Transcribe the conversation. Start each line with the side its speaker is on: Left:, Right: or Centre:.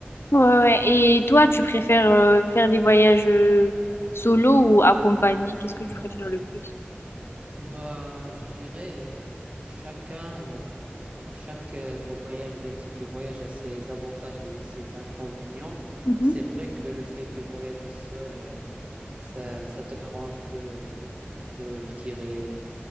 Left: Ouais, ouais. Et toi, tu préfères euh, faire des voyages euh, solo ou accompagnés? Qu'est-ce que tu préfères le plus?
Right: Bah, je dirais, euh, chacun, euh, chaque euh, voyage ou bien type de voyage a ses avantages et ses inconvénients.
Left: Mhm.
Right: C'est vrai que le fait de voyager seul, euh, ça, ça te rend un peu, un peu, je dirais,